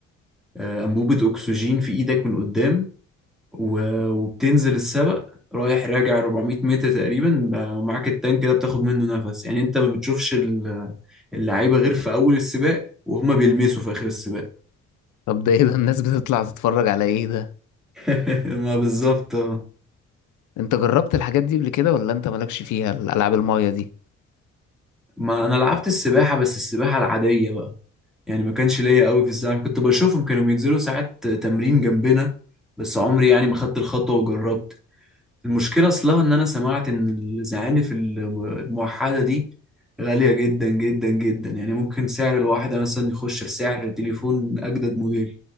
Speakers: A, in the centre; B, on the left.
A: آه، أنبوبة أكسجين في إيدك من قدام و- وبتنزل السبق رايح راجع 400 متر تقريبا ب- ومعاك التانك ده بتاخد منه نفس يعني انت ما بتشوفش ال- اللعيبة غير في أول السباق وهما بيلمسوا في آخر السباق
B: طب ده إيه ده الناس بتطلع تتفرج على إيه ده
A: <laughs> ما بالظبط آه.
B: أنت جربت الحاجات دي قبل كده ولا أنت مالكش فيها الألعاب الماية دي
A: ما انا لعبت السباحه بس السباحه العاديه بقى يعني ما كانش ليا قوي في الزعم كنت بشوفهم كانوا بينزلوا ساعات تمرين جنبنا بس عمري يعني ما خدت الخطوه وجربت المشكله اصلها ان انا سمعت ان الزعانف الم- الموحده دي غاليه جدا جدا جدا يعني ممكن سعر الواحده مثلا يخش في سعر تليفون اجدد موديل